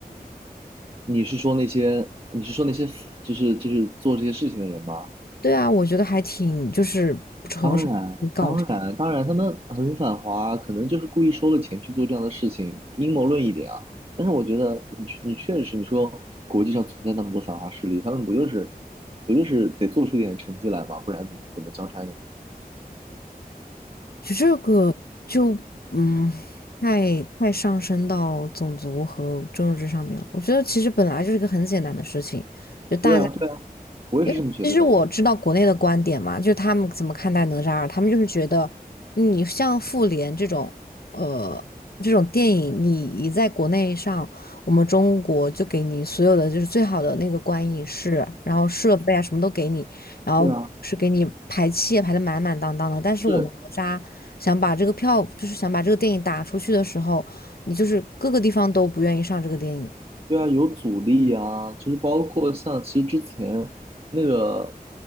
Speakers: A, on the right; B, on the left.
A: 你是说那些你是说那些就是就是做这些事情的人吗？
B: 对啊，我觉得还挺就是不诚实，
A: 当然。
B: 很搞笑。
A: 当然，当然，他们很反华，可能就是故意收了钱去做这样的事情，阴谋论一点啊。但是我觉得你确你确实，你说国际上存在那么多反华势力，他们不就是不就是得做出点成绩来嘛，不然怎么怎么交差呢？
B: 就这个就嗯，太太上升到种族和政治上面了。我觉得其实本来就是一个很简单的事情，就大家。
A: 对啊，对啊，我也是这么觉得的。
B: 因为其实我知道国内的观点嘛，就是他们怎么看待哪吒二，他们就是觉得你像复联这种，呃，这种电影，你一在国内上，我们中国就给你所有的就是最好的那个观影室，然后设备啊什么都给你，然后是给你排期也排得满满当当的。
A: 对啊，
B: 但是我们哪吒想把这个票，
A: 是，
B: 就是想把这个电影打出去的时候，你就是各个地方都不愿意上这个电影，
A: 对啊，有阻力啊，就是包括像其实之前那个